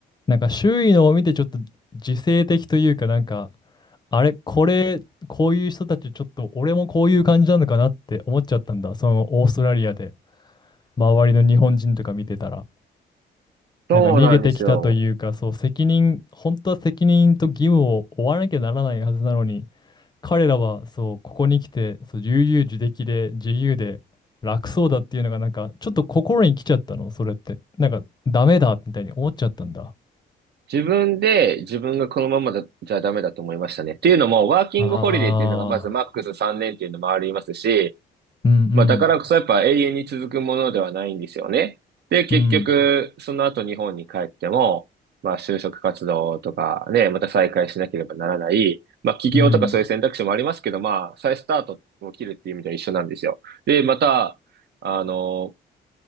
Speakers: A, on the left (about 20°); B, on the right (about 60°).
A: なんか周囲のを見てちょっと自制的というかなんかあれ、これ、こういう人たち、ちょっと俺もこういう感じなのかなって思っちゃったんだ。そのオーストラリアで、周りの日本人とか見てたら。
B: そうなんですよ。
A: なんか逃げてきたというか、そう、責任、本当は責任と義務を負わなきゃならないはずなのに、彼らは、そう、ここに来て、そう、悠々自適で、自由で、楽そうだっていうのが、なんか、ちょっと心に来ちゃったの、それって。なんか、ダメだ、みたいに思っちゃったんだ。
B: 自分で自分がこのままだ、じゃダメだと思いましたね。っていうのも、ワーキングホリデーっていうのがまずマックス3年っていうのもありますし、
A: ああ、うんうん、
B: まあ、だからこそやっぱ永遠に続くものではないんですよね。で、結局、
A: うん、
B: その後日本に帰っても、まあ、就職活動とかね、また再開しなければならない。まあ、起業とかそういう選択肢もありますけど、
A: うん、
B: まあ、再スタートを切るっていう意味では一緒なんですよ。で、また、あの、